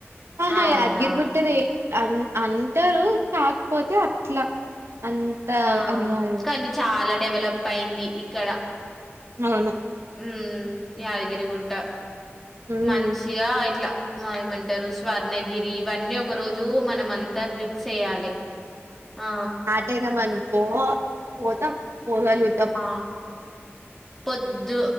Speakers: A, on the right; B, in the centre.
A: ఆహా
B: అవునా
A: యాద్గిరిగుట్టది అన్ అంటరు కాకపోతే అట్ల అంత
B: ఆ
A: అని కాదు
B: కానీ చాలా డెవలపయింది ఇక్కడ
A: అవును
B: ఉమ్ యాదగిరిగుట్ట
A: ఉమ్
B: మంచిగా ఇట్లా మా ఏమంటరు స్వర్ణగిరి ఇవన్నీ కరోజు మనం అంతా ట్రిప్స్చేయాలి ఆ
A: దేనాం అనుకో పొతం పోగలుగు
B: ఆ పొద్ ద్దు